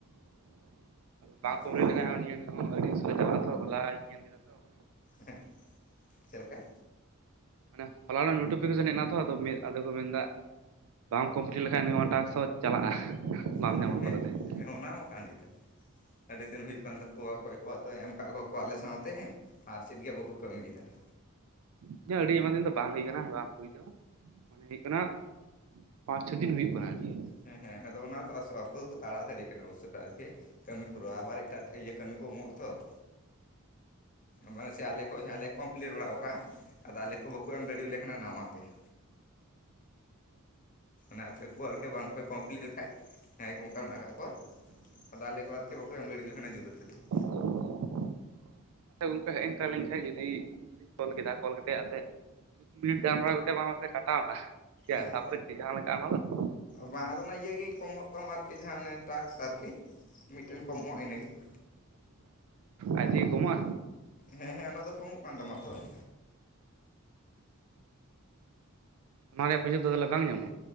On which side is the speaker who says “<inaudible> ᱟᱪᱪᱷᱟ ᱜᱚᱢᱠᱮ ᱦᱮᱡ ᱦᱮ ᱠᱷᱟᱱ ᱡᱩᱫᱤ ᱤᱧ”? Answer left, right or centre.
Right